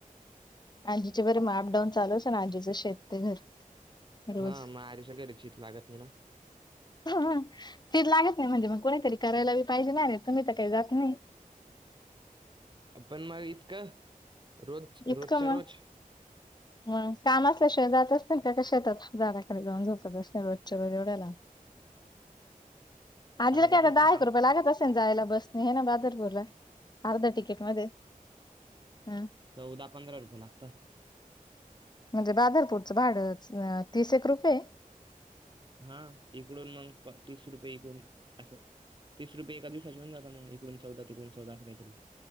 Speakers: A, on the left (about 30°); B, on the right (about 30°).
A: आजीचे बरे आप डाऊन चालूच ना आजीच शेत ते घर. रोज
B: हा मग आरषा क रचीत लागत नाही ना?
A: तीच लागत नाही म्हणजे मग कोणीतरी करायलाी पाहिजे नाही रे तुम्ही तर काही जात नाही.
B: आपण मग इतकं रोज
A: इतक
B: रोजच्या
A: म
B: रोज
A: मग काम असल्याशिवाय जात असते त्या शेतात झाडाखाली जाऊन झोपत असते रोजच्या रोज एवढ्याला. आजला
B: सांगितलं
A: काय दहा
B: थांब.
A: एक रुपया लागत असतील? जायला बसनी हे ना बादर बोला अर्ध तिकेट मध्ये हम्
B: चौदा पंधरा रुपये लागत.
A: म्हणजे बादरपूरचं भाडं तीस एक रुपये?
B: हा इकडून मग तीस रुपये तिकडूनअसं तीस रुपये एका दिवसाच्याशीव जात मग एकण चौदा एकण चौदा काहीतरी